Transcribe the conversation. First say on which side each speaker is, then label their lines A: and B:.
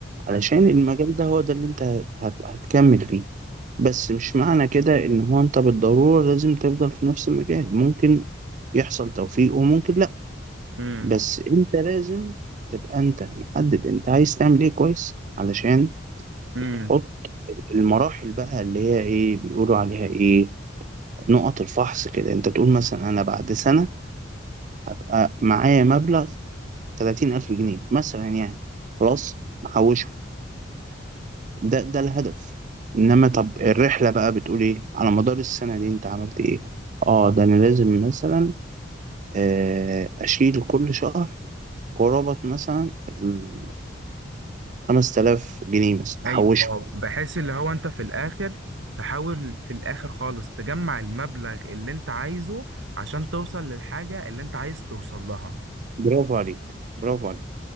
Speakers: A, on the right; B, on the right.
A: علشان
B: حلو
A: المجال ده هو ده اللي أنت هت- هتكمل فيه بس مش معنى كده إن هو أنت بالضرورة لازم تفضل في نفس المجال ممكن يحصل توفيق وممكن لأ
B: امم
A: بس أنت لازم تبقى أنت محدد أنت عايز تعمل إيه كويس علشان
B: امم.
A: تحط المراحل بقى اللي هي إيه بيقولوا عليها إيه نقط الفحص كده أنت تقول مثلا أنا بعد سنة هبقى معايا مبلغ 30000 جنيه مثلا يعني خلاص محوشه ده ده الهدف إنما طب الرحلة بقى بتقول إيه على مدار السنة دي أنت عملت إيه آه ده أنا لازم مثلا آه، أشيل كل شهر قرابة مثلا ال 5000 جنيه مثلا
B: ايوه
A: أحوشه
B: اه بحيث اللي هو انت في الاخر تحاول في الاخر خالص تجمع المبلغ اللي انت عايزه عشان توصل للحاجة اللي انت عايز توصل لها
A: برافو عليك برافو عليك